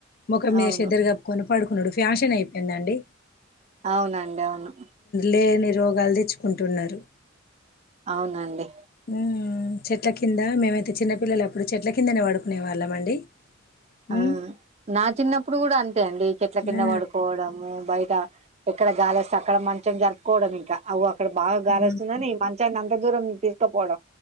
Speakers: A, on the left (about 45°); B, on the right (about 30°).
A: ముఖం మీద
B: అవును
A: శద్దరు కప్పుకొని పడుకున్నాడు ఫ్యాషన్ అయిపోయిందండి
B: అవునండి అవును
A: లేని రోగాలు తెచ్చుకుంటున్నారు
B: అవునండి
A: హ్మ్ చెట్ల కింద మేమైతే చిన్నపిల్లలు అప్పుడు చెట్ల కిందనే వాడుకునే వాళ్ళం అండి హ్మ్
B: ఆ నా చిన్నప్పుడు కూడా అంతే అంతే అండి కట్ల కింద
A: ఆ
B: పడుకోవడము బయట ఎక్కడ గాలిస్తే అక్కడ మంచం జరుపుకోవడం ఇంకా అవ ఇక్కడ బాగాలి
A: హ్మ్
B: వస్తుందని ఈ మంచాన్ని అంత ఎ దూరం తీస్త పోడ